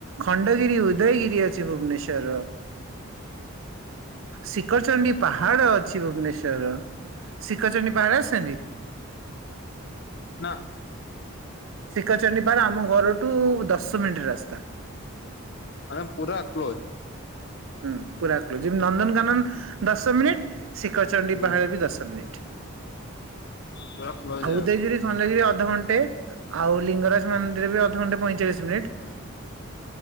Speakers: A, on the right; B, on the left.
A: ଖଣ୍ଡଗିରି ଉ ଉଦୟଗିରି ଅଛି ଭୁବନେଶ୍ୱର ର। ଶିଖରଚଣ୍ଡି ପାହାଡ଼ ଅଛି ଭୁବନେଶ୍ୱର ର। ଶିଖରଚଣ୍ଡୀ ପାହାଡ଼ ଦେଖିଛନ୍ତି?
B: ନା।
A: ଶିଖରଚଣ୍ଡୀ ପାହାଡ଼ ଆମ ଘରଠୁ ଦଶ ମିନିଟ୍ ର ରାସ୍ତା।
B: ମାନେ ପୁରା କ୍ଲୋଜ।
A: ହୁଁ ପୁରା କ୍ଲୋଜ୍। ଯେମିତି ନନ୍ଦନକାନନ ଦଶ ମିନିଟ। ଶିଖରଚଣ୍ଡୀ
B: ଆଜ୍ଞା
A: ପାହାଡ଼ ବି ଦଶ ମିନିଟ।
B: ପୁରା କ୍ଲୋଜ
A: ଆଉ ଉଦୟଗିରି ମନ୍ଦିର ବି ଅଧଘଣ୍ଟେ। ଆଉ ଲିଙ୍ଗରାଜ ମନ୍ଦିର ବି ଅଧଘଣ୍ଟେ ପଇଁଚାଳିଶ ମିନିଟ।